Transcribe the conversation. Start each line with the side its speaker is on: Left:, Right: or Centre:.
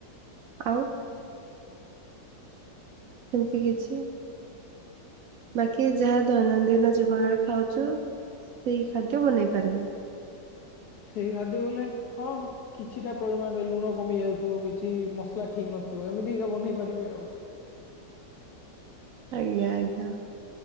Right: ଆଉ? ସେମିତି କିଛି ବାକି ଯାହା ଦୈନନ୍ଦିନ ଜୀବନରେ ଖାଉଛ ସେଇ ଖାଦ୍ୟ ବନେଇ ପାରିବେ।
Left: ସେଇ ଖାଦ୍ୟ ବୋଲେ ହଁ କିଛିଟା ପରିମାଣରେ ଲୁଣ କମି ଯାଉଥିବ କିଛି ମସଲା ଠିକ ନଥିବ ଏମିତିକା ବନେଇ ପାରିବି ଆଉ।
Right: ଆଜ୍ଞା ଆଜ୍ଞା।